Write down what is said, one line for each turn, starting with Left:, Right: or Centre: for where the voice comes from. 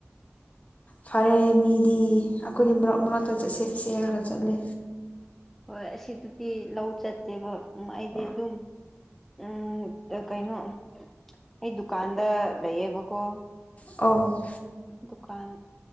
Left: ꯐꯔꯦ ꯃꯤꯗꯤ ꯑꯩꯈꯣꯏꯗꯤ ꯃꯔꯛ ꯃꯔꯛꯇ ꯆꯠꯁꯦ ꯆꯠꯁꯦ ꯍꯢꯔꯒ ꯆꯠꯂꯦ
Centre: ꯍꯣꯏ ꯑꯁꯤꯗꯗꯤ ꯂꯧ ꯆꯠꯇꯦꯕ ꯎ ꯑꯩꯗꯤ ꯑꯗꯨꯝ ꯎꯝ ꯀꯩꯅꯣ ꯑꯩ ꯗꯨꯀꯥꯟꯗ ꯂꯩꯌꯦꯕꯀꯣ
Left: ꯑꯧ
Centre: ꯗꯨꯀꯥꯟ